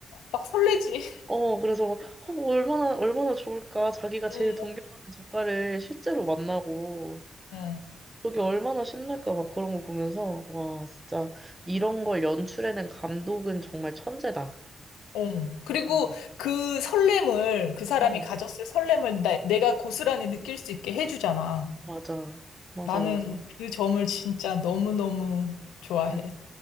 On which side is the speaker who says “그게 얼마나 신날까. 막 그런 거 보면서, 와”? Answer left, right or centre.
Right